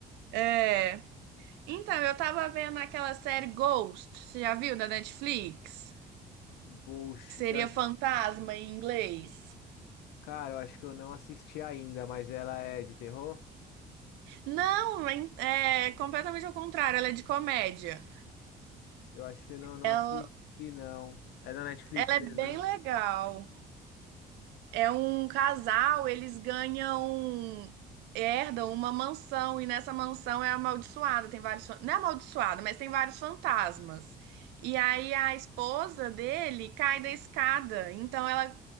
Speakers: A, on the right (about 85°); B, on the left (about 85°).
A: É. Então, eu tava vendo aquela série Ghost, você já viu da Netflix?
B: Ghost
A: Que seria
B: da...
A: fantasma em inglês.
B: Cara, eu acho que eu não assisti ainda, mas ela é de terror?
A: Não, em- é completamente ao contrário, ela é de comédia.
B: Eu acho que eu não, não
A: Ela,
B: assisti, não. É da Netflix
A: ela
B: mesmo,
A: é bem
B: né?
A: legal. É um casal, eles ganham, herdam uma mansão e nessa mansão é amaldiçoada, tem vários, fan- não é amaldiçoada, mas tem vários fantasmas. E aí a esposa dele cai da escada, então ela